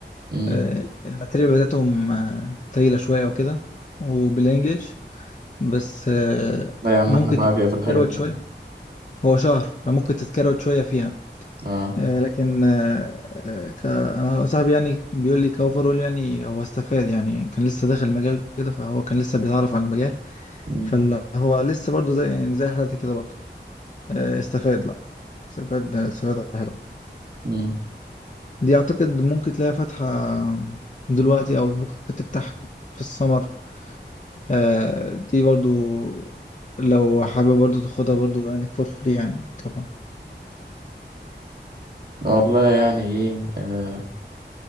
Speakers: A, on the right; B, on the left.
A: امم
B: آه، الماتيريال بتاعتهم آه، تقيلة شوية وكده وبالانجلش بس آه،
A: لا يا عم
B: ممكن
A: احنا بعافية
B: تتكروت
A: في الحاجات دي
B: شوية هو شهر فممكن تتكروت شوية فيها
A: اه
B: آه، لكن آه، آه، ك... أنا صاحبي يعني بيقول لي كأوفرول يعني هو استفاد يعني كان لسه داخل المجال كده فهو كان لسه بيتعرف على المجال
A: مم.
B: فهو لسه برضو زي يعني زي حالتك كده برضو آه، استفاد لا استفاد استفاد حلو
A: مم.
B: دي أعتقد ممكن تلاقي فاتحة دلوقتي أو ممكن تفتح في السمر آه، دي برضو لو حابب برضو تاخدها برضو يعني فور فري يعني طبعا
A: والله يعني ايه آه.